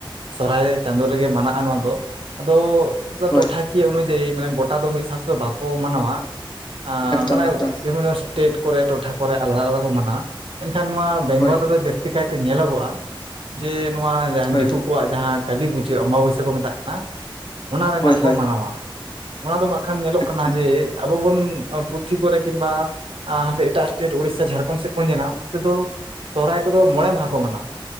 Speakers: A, on the right; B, on the left.
A: ᱥᱚᱨᱦᱟᱭ ᱪᱟᱸᱫᱳ ᱨᱮᱜᱮ ᱢᱮᱱᱟᱜᱼᱟ ᱱᱚᱣᱟ ᱫᱚ᱾ ᱟᱫᱚ
B: ᱦᱳᱭ
A: ᱴᱚᱴᱷᱟ ᱯᱤ ᱚᱱᱩᱡᱟᱭᱤ ᱢᱟᱱᱮ ᱜᱚᱴᱟ ᱫᱚ ᱢᱤᱫ ᱥᱟᱶ ᱛᱮᱫᱚ ᱵᱟᱠᱚ ᱢᱟᱱᱟᱣᱟ᱾ ᱟᱸ
B: ᱮᱠᱫᱚᱢ
A: ᱢᱟᱱᱮ
B: ᱮᱠᱫᱚᱢ
A: ᱵᱤᱵᱷᱤᱱᱱᱚ ᱴᱮᱴ ᱠᱚᱨᱮ ᱴᱚᱴᱷᱟ ᱠᱚᱨᱮ ᱟᱞᱟᱫᱟ ᱟᱞᱟᱫᱟ ᱠᱚ ᱢᱟᱱᱟᱣᱟ᱾ ᱢᱮᱱᱠᱷᱟᱱ ᱱᱚᱣᱟ ᱵᱮᱝᱜᱚᱞ
B: ᱦᱳᱭ
A: ᱨᱮᱫᱚ ᱡᱟᱹᱥᱛᱤ ᱡᱟᱹᱥᱛᱤ ᱠᱟᱭᱛᱮ ᱧᱮᱞᱚᱜᱚᱜᱼᱟ᱾ ᱡᱮ ᱱᱚᱣᱟ
B: ᱦᱳᱭ
A: ᱫᱤᱠᱩ
B: ᱦᱳᱭ
A: ᱠᱚᱣᱟᱜ ᱡᱟᱦᱟᱸ ᱠᱟᱞᱤ ᱯᱩᱡᱟᱹ ᱚᱢᱵᱽᱟᱵᱽᱟᱹᱭᱥᱟᱹ ᱠᱚ ᱢᱮᱛᱟᱜ ᱠᱟᱱᱟ᱾ ᱚᱱᱟ ᱨᱮᱱᱟᱜ
B: ᱦᱳᱭ
A: ᱠᱚ
B: ᱦᱳᱭ
A: ᱢᱟᱱᱟᱣᱟ, ᱚᱱᱟ ᱫᱚ ᱵᱟᱝᱠᱷᱟᱱ ᱧᱮᱞᱚᱜ
B: ᱮᱠᱫᱚᱢ
A: ᱠᱟᱱᱟ᱾ ᱡᱮ ᱟᱵᱚ ᱵᱚᱱ ᱯᱩᱛᱷᱤ ᱠᱚᱨᱮ ᱠᱤᱢᱵᱟ ᱟ ᱦᱟᱱᱛᱮ ᱮᱴᱟᱜ ᱮᱥᱴᱮᱴ ᱩᱲᱤᱥᱟ ᱡᱷᱟᱲᱠᱷᱚᱸᱰ ᱥᱮᱫ ᱵᱚᱱ ᱧᱮᱞᱟ᱾ ᱚᱱᱛᱮ ᱫᱚ ᱥᱚᱦᱚᱨᱟᱭ ᱠᱚᱫᱚ ᱢᱚᱬᱮ ᱢᱟᱦᱟ ᱠᱚ ᱢᱟᱱᱟᱣᱟ᱾